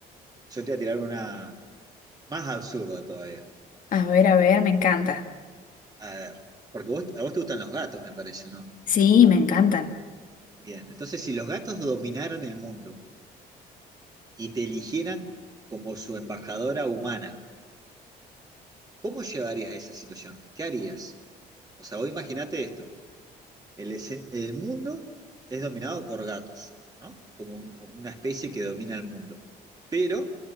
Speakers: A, on the right; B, on the left.
A: Yo te voy a tirar una... Más absurdo todavía.
B: A ver, a ver, me encanta.
A: A ver, porque vos, a vos te gustan los gatos, me parece, ¿no?
B: Sí, me encantan.
A: Bien, entonces si los gatos dominaran el mundo y te eligieran como su embajadora humana, ¿cómo llevarías a esa situación? ¿Qué harías? O sea, vos imaginate esto, el, escen- el mundo es dominado por gatos, ¿no? Como un- una especie que domina el mundo. Pero